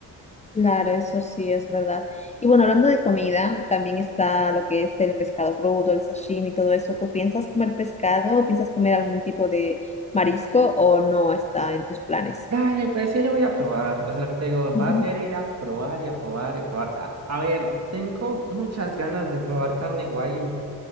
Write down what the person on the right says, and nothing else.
Vale, pues sí lo voy a probar. O sea, lo que te digo,
va a ser ir a probar y a probar y a probar. A, a ver, tengo muchas ganas de probar carne guayu.